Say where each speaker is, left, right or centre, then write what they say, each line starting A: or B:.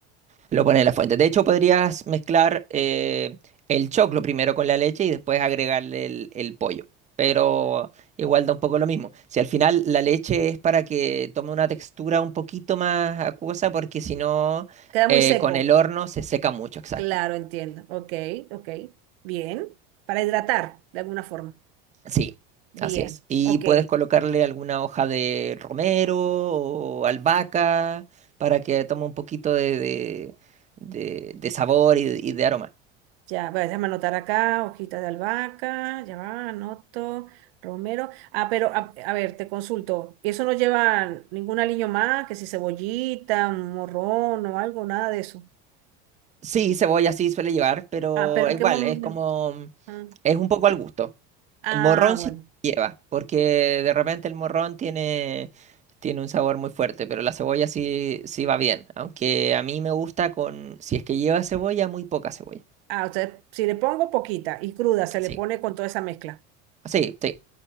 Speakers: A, on the right (about 25°); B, on the right (about 85°).
A: Lo pones en la fuente. De hecho, podrías mezclar eh, el choclo primero con la leche y después agregarle el, el pollo. Pero igual da un poco lo mismo. Si al final la leche es para que tome una textura un poquito más acuosa, porque si no,
B: Queda muy
A: eh,
B: seco.
A: con el horno se seca mucho, exacto.
B: Claro, entiendo. Ok, ok. Bien. Para hidratar de alguna forma.
A: Sí,
B: Bien,
A: así es. Y
B: ok.
A: puedes colocarle alguna hoja de romero o albahaca
B: Ya.
A: para que tome un poquito de, de- de- de sabor y, y de aroma.
B: Ya, voy a déjame anotar acá, hojitas de albahaca, ya va, anoto, romero. Ah, pero a, a ver, te consulto, ¿eso no lleva ningún aliño más, que si cebollita, un morrón o algo, nada de eso?
A: Sí, cebolla sí suele llevar, pero
B: Ah, pero
A: igual,
B: ¿en qué momento?
A: es como,
B: Ah,
A: es un poco al gusto.
B: ah,
A: Morrón sí
B: bueno.
A: lleva, porque de repente el morrón tiene, tiene un sabor muy fuerte, pero la cebolla sí, sí va bien. Aunque a mí me gusta con, si es que lleva cebolla, muy poca cebolla.
B: Ah, o sea, si le pongo poquita y cruda, se
A: Sí,
B: le pone con toda esa mezcla.
A: sí, sí,